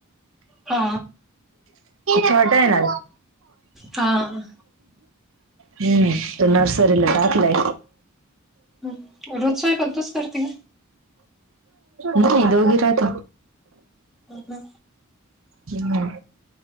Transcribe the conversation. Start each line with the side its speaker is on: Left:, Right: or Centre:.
Centre: हा
Right: ट आहे ना.
Centre: हा
Right: हम्म त नर्सरीला टाकलाय.
Centre: ह रोज सोय बद्तच कर त
Right: नाही इोगिरात.
Centre: ह ह.
Right: हम्